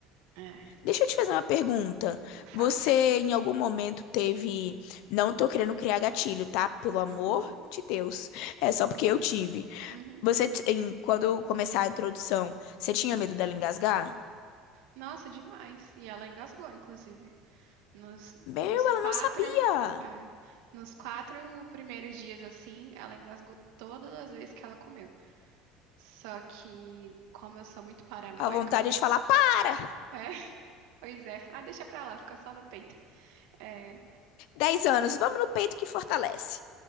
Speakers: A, on the right (about 75°); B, on the left (about 70°).
A: É,
B: Deixa eu te fazer uma pergunta.
A: falo.
B: Você, em algum momento, teve. Não tô querendo criar gatilho, tá? Pelo amor
A: Uhum,
B: de Deus. É só porque eu tive.
A: uhum.
B: Você, t- em- quando começar a introdução, você tinha medo dela engasgar?
A: Nossa, demais. E ela engasgou, inclusive. Nos,
B: Meu,
A: nos quatro,
B: ela não sabia.
A: é, nos quatro primeiros dias, assim, ela engasgou todas as vezes que ela comeu. Só que, como eu sou muito paranoica,
B: A vontade é de falar, para!
A: é, <laughs> pois é. Ah, deixa pra lá, fica só no peito. É,
B: 10 anos, vamos no peito que fortalece.